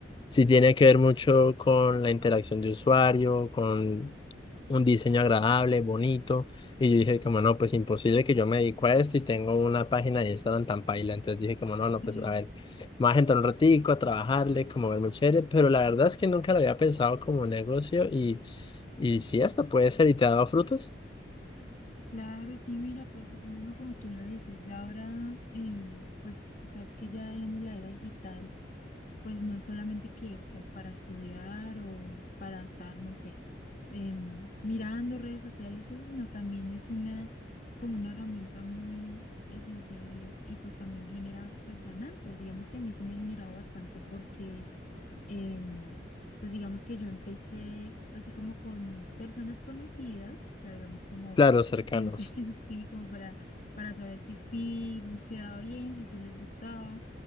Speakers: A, on the left; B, on the left.
A: Sí tiene que ver mucho con la interacción de usuario, con un diseño agradable, bonito. Y yo dije como no, pues imposible que yo me dedico a esto y tengo una página de Instagram tan paila. Entonces dije como no, no,
B: Sí,
A: pues a ver, me voy a entrar un ratico a trabajarle, como verme chévere. Pero la verdad es que nunca lo había pensado como negocio y, y sí, esto puede ser y te ha dado frutos,
B: claro, sí, mira, pues así mismo como tú lo dices, ya ahora, em, pues, o sea, es que ya, digamos, la era digital, pues no es solamente que, pues, para estudiar o para estar, no sé, em, mirando redes sociales, y eso, sino también es una, como una herramienta muy esencial y, y pues también genera, pues, ganancias. Digamos que a mí sí me ha generado bastante porque em, pues digamos que yo empecé así como con personas conocidas, o sea, digamos como
A: claro, cercanos.
B: gente, <laughs> sí, como para, para saber si sí quedaba bien, si sí les gustaba.